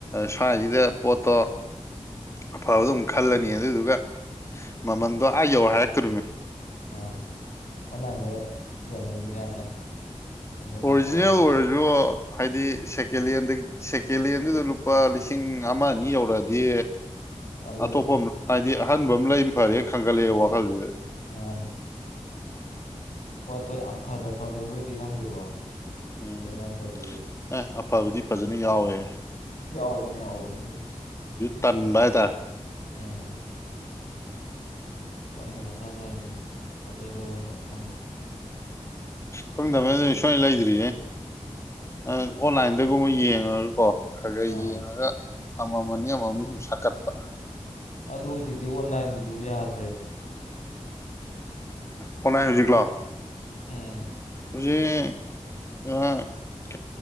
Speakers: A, on the left; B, on the left.
A: ꯁ꯭ꯋꯥꯏꯁꯤꯗ ꯄꯣꯠꯇꯣ ꯑꯐꯕꯗ ꯑꯗꯨꯝ ꯈꯜꯂꯅꯤ ꯑꯗꯨꯗꯨꯒ ꯃꯃꯟꯗꯣ ꯑ ꯌꯧꯔ ꯍꯥꯏꯔꯛꯇꯗꯨꯃꯤ
B: ꯃꯥꯅꯦ ꯑꯣꯟꯂꯥꯏꯟꯗ ꯌꯣꯟꯅꯩꯗꯨꯗꯤ ꯌꯥꯝꯅ ꯈꯟꯗꯣꯛ ꯈꯟꯗꯣꯛꯑꯒ
A: ꯑꯣꯔꯤꯖꯤꯅꯦꯜ ꯑꯣꯏꯔꯁꯨꯣ ꯍꯥꯏꯗꯤ ꯁꯦꯀꯦꯟ ꯍꯦꯟ ꯁꯦꯀꯦꯟ ꯍꯦꯟꯗꯨꯗ ꯂꯨꯄꯥ ꯂꯤꯁꯤꯡ ꯑꯃ ꯑꯅꯤ ꯌꯧꯔꯛꯑꯗꯤ
B: ꯇꯜꯂꯦꯗ
A: ꯑꯇꯣꯞꯄ ꯍꯥꯏꯗꯤ ꯑꯍꯟꯕ ꯑꯃ ꯂꯩ ꯐꯔꯦ ꯈꯪꯒꯠꯂꯛꯑꯦ ꯋꯥꯈꯜꯁꯤꯗ
B: ꯃꯥꯅꯤ ꯄꯣꯠꯇꯣ ꯌꯥꯝ ꯐꯗ ꯐꯈ꯭ꯔꯕꯣꯏꯗꯤ ꯈꯪꯗꯦꯀꯣ
A: ꯎꯝ
B: ꯑꯗꯨ ꯅꯠꯇꯕꯤ
A: ꯑꯦ ꯑꯐꯕꯗꯤ ꯐꯖꯅ ꯌꯥꯎꯋꯦ
B: ꯌꯥꯎꯕꯅꯦ ꯌꯥꯎꯕꯅꯦ ꯑꯗꯨꯗꯤ
A: ꯇꯟꯕꯗ
B: ꯎꯝ ꯈꯪꯗꯦ ꯃꯊꯥ ꯁꯥꯏ ꯑꯗꯨꯅ ꯄꯣꯠ ꯆꯩꯩ ꯂꯩꯐꯝꯒ ꯈꯪꯗꯦ
A: ꯈꯪꯗꯕ ꯑꯗꯨ ꯁ ꯂꯩꯗ꯭ꯔꯤꯌꯦꯦ ꯑꯣꯟꯂꯥꯏꯟꯗꯒꯨꯝꯕ ꯌꯦꯡꯉꯒꯀꯣ ꯈ ꯈꯩ
B: ꯑꯥ
A: ꯌꯦꯡꯉꯒ ꯑꯃꯃ ꯑꯃꯃꯝꯅꯤ ꯁꯨꯝ ꯁꯥꯀꯠꯄ
B: ꯑꯗꯨ ꯍꯧꯖꯤꯛꯇꯤ ꯑꯣꯟꯂꯥꯏꯟꯁꯨ ꯌꯥꯗꯦ
A: ꯑꯣꯟꯅꯥꯏ ꯍꯧꯖꯤꯀꯂꯥ
B: ꯎꯝ
A: ꯍꯧꯖꯤ